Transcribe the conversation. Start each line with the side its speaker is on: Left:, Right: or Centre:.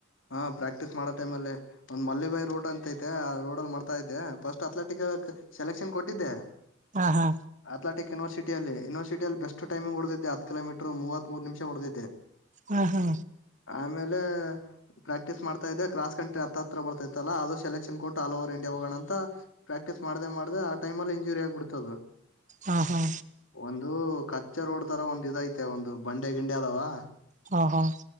Left: ಹಾ ಪ್ರಾಕ್ಟೀಸ್ ಮಾಡೋ ಟೈಮಲ್ಲೇ ಒಂದ್ ಮಲ್ಲಿ ಬಾಯಿ ರೂಟ್ ಅಂತೈತೆ ಆ ರೋಡ್ ಅಲ್ಲಿ ಮಾಡ್ತಾ ಇದ್ದೆ ಫಸ್ಟ್ ಅಥ್ಲೆಟಿಕ್ ಸೆಲೆಕ್ಷನ್ ಕೊಟ್ಟಿದ್ದೆ.
Right: ಹಾ ಹಾ
Left: ಅತ್ಲೇಟಿಕ್ ಯೂನಿವರ್ಸಿಟಿಯಲ್ಲಿ ಯುನಿವರ್ಸಿಟಿಯಲ್ಲಿ ಬೆಸ್ಟ್ ಟೈಮಂಗ್ ಹೊಡೆದಿದ್ದ ಹತ್ತು ಕಿಲೋಮೀಟರ್ ಮೂವತ್ತು ಮೂರು ನಿಮಿಷ ಹೊಡೆದಿದ್ದೆ.
Right: ಹಾ ಹಾ
Left: ಆಮೇಲೆ ಪ್ರಾಕ್ಟೀಸ್ ಮಾಡ್ತಾ ಇದೆ ಕ್ರಾಸ್ ಕಂಟ್ರಿ ಹತ್ರ ಬರ್ತೈತಲ್ಲ ಅದು ಸೆಲೆಕ್ಷನ್ ಕೊಟ್ಟ್ ಆಲ್ ಒವರ್ ಇಂಡಿಯಾ ಹೋಗೋಣ ಅಂತಾ. ಪ್ರಾಕ್ಟೀಸ್ ಮಾಡ್ದೇ ಮಾಡ್ದೆ ಆ ಟೈಮ್ ಅಲ್ಲಿ ಇಂಜೂರಿ ಆಗ್ಬಿಡುತ್ತು ಅದು.
Right: ಹಾ ಹಾ
Left: ಒಂದು ಕಚ್ಚ ರೋಡ್ ತರ ಒಂದ್ ಇದೈತೆ ಒಂದು ಬಂಡೆ ಗಿಂಡೆ ಅದಾವಾ.
Right: ಹಾ ಹಾ